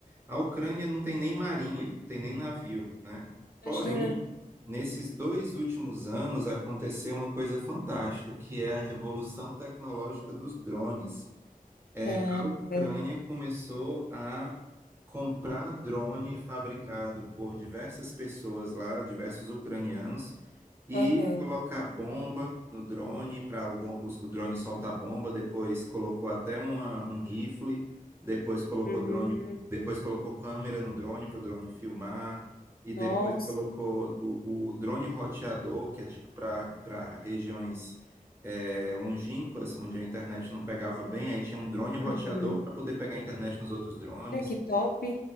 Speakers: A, on the right; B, on the left.
A: A Ucrânia não tem nem marinha, não tem nem navio, né? Porém,
B: Imagina.
A: nesses dois últimos anos aconteceu uma coisa fantástica, que é a revolução tecnológica dos drones. É,
B: Ah,
A: a Ucrânia
B: verdade.
A: começou a comprar drone fabricado por diversas pessoas lá, diversos ucranianos, e
B: Aham.
A: colocar bomba no drone para o, bom- o drone soltar bomba. Depois colocou até uma- um rifle, depois colocou
B: Uhum,
A: drone, depois colocou câmera no drone para o drone filmar. E
B: Nossa.
A: depois colocou o, o drone roteador, que é tipo para para regiões é, longínquas, onde a internet não pegava bem, aí tinha um drone roteador
B: uhum.
A: para poder pegar a internet nos outros drones.
B: Olha que top.